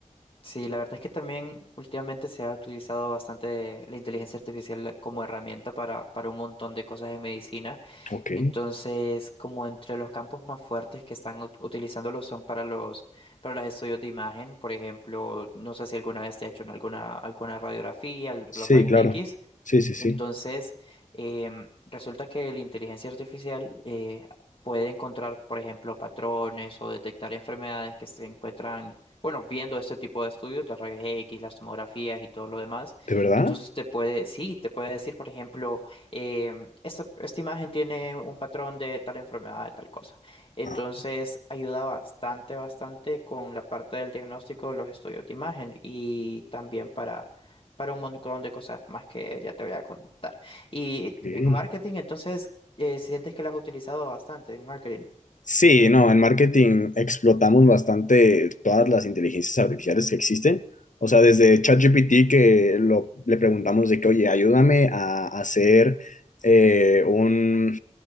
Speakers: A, on the left (about 45°); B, on the left (about 80°).
A: Sí, la verdad es que también últimamente se ha utilizado bastante la inteligencia artificial como herramienta para, para un montón de cosas en medicina.
B: Ok.
A: Entonces, como entre los campos más fuertes que están ut- utilizándolo son para los, para los estudios de imagen, por ejemplo, no sé si alguna vez te ha hecho en alguna, alguna radiografía, l-
B: Sí,
A: los rayos
B: claro.
A: X.
B: Sí, sí, sí.
A: Entonces, em, resulta que la inteligencia artificial eh, puede encontrar, por ejemplo, patrones o detectar enfermedades que se encuentran, bueno, viendo este tipo de estudios, las rayos X, las tomografías y todo lo demás.
B: ¿De verdad?
A: Entonces, te puede, sí, te puede decir, por ejemplo, em, esta, esta imagen tiene un patrón de tal enfermedad, de tal cosa. Entonces,
B: Ah,
A: ayuda bastante, bastante con la parte del diagnóstico de los estudios de imagen y también para para un montón de cosas más que ya te voy a contar. Y
B: ok.
A: en marketing, entonces, eh, sientes que las has utilizado bastante en marketing.
B: Sí, no, en marketing explotamos bastante todas las inteligencias artificiales que existen. O sea, desde ChatGPT que lo, le preguntamos de que, oye, ayúdame a hacer eh, un,